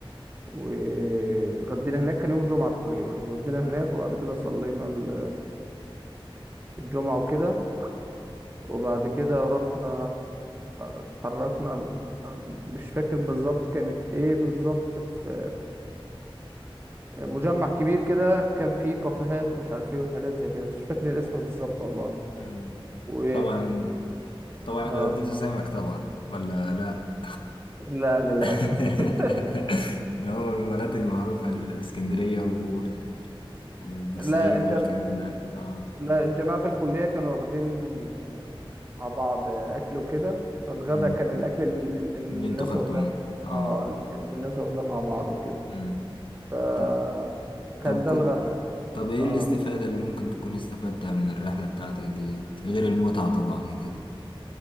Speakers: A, on the right; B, on the left.
A: واتغدينا هناك كان يوم جمعة تقريبا اتغدينا هناك وبعد كده صلينا ال- الجمعة وكده وبعد كده رحنا اتحركنا مش فاكر بالظبط كانت ايه بالظبط في مجمع كبير كده كان فيه كافيهات ومش عارف ايه وحاجات زي كده بس مش فاكر الاسم بالظبط والله
B: مم.
A: و
B: طبعا طبعا
A: اه
B: اتغديت سمك طبعا ولا لا؟
A: لا للأسف
B: <laughs>
A: <laughs>
B: ده هو المناطق المعروفة الإسكندرية و... وبورسعيد
A: لا الجم...
B: والكلام ده اه
A: لا الجماعة في الكلية كانوا واخدين آه، مع بعض آه، أكل وكده فالغدا
B: امم
A: كان الأكل ال- اللي الناس
B: اللي انتوا خدتوه
A: واخداه
B: اه
A: اه اللي كانت الناس واخداه مع بعض وكده
B: امم
A: فكان
B: طب طب
A: ده
B: كو...
A: الغدا
B: طب ايه
A: اه
B: الاستفادة اللي ممكن تكون استفدتها من الرحلة بتاعتك ديت غير المتعة طبعا وكده